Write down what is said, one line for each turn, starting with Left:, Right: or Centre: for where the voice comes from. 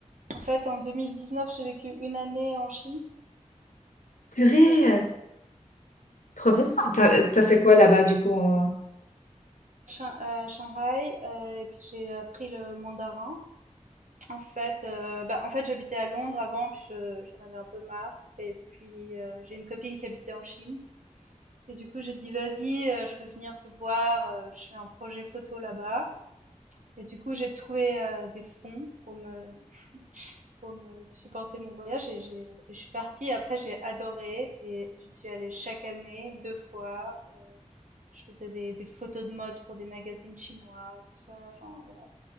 Right: en fait, en 2019, j'ai vécu une année en Chine.
Left: Purée,
Right: Heu,
Left: euh, trop bien. Enfin, T'as, t'as fait quoi là-bas du coup? en-
Right: Shan à Shanghai, heu, et puis j'ai appris le mandarin. En fait, heu, bah, en fait, j'habitais à Londres avant, puis je j'en avais un peu marre et puis, heu, j'ai une copine qui habitait en Chine et du coup, j'ai dit: «Vas-y, heu, je veux venir te voir, heu, je fais un projet photo là-bas» et du coup, j'ai trouvé, heu, des fonds pour me pour me supporter mon voyage et j'ai et je suis partie. Après, j'ai adoré et j'y suis allée chaque année, deux fois. Euh, je faisais des, des photos de mode pour des magazines chinois, tout ça. Enfin, voilà.